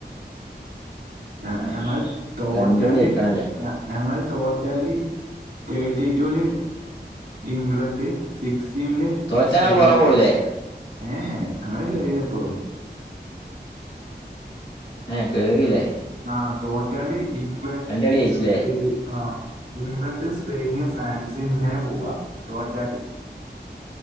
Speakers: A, on the right; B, on the left.
A: ഞ
B: ആഹ്
A: ഞങ്ങൾ തോറ്റാല്
B: രണ്ടും ജയിക്കണല്ലേ
A: ഞങ്ങൾ തോറ്റാല് തേർട്ടി ടു വില് ഇംഗ്ലണ്ട് സിക് സിക്സ്റ്റീനില്
B: തോറ്റാ
A: സ്പെയിൻ
B: ഇങ്ങള് പുറം പോവൂലേ
A: ഏഹ് ഞങ്ങള് കേറിന് ഇപ്പൊഴും
B: ഏഹ് കേറിയില്ലേ
A: ആഹ് തോറ്റാല് ഇംഗ്ലണ്ട്
B: രണ്ട് കളി ജയിച്ചില്ലേ
A: സ്പെയിൻ ആഹ് ഇംഗ്ലണ്ട് സ്പെയിന് ഫ്രാൻസ് ഇങ്ങനെ പോവാ തോറ്റാല്